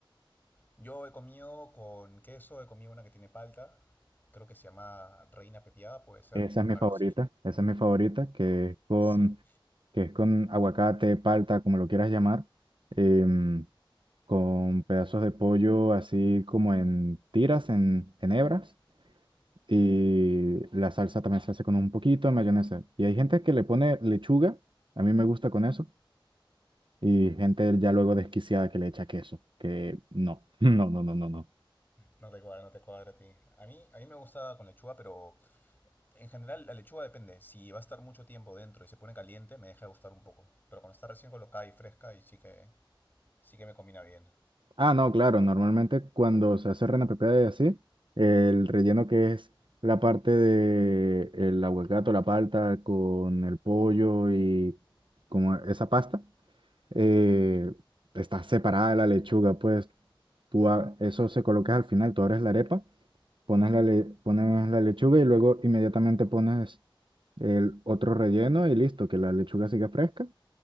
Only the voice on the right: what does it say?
Esa es mi
favorita,
esa es mi favorita, que es con,
que es con aguacate, palta, como lo quieras llamar, em, con pedazos de pollo así como en tiras, en, en hebras, Y la salsa también se hace con un poquito de mayonesa. Y hay gente que le pone lechuga, a mí me gusta con eso. Y gente ya luego desquiciada que le echa queso, que no, <laughs> no, no, no, no, no.
Ah, no, claro, normalmente cuando se hace reina pepiada y así, el relleno que es la parte de el aguacate, o la palta con el pollo y como esa pasta, eh, está separada de la lechuga, pues tú a- eso se colocas al final, tú abres la arepa pones la, le- pones la lechuga y luego inmediatamente pones el otro relleno y listo, que la lechuga siga fresca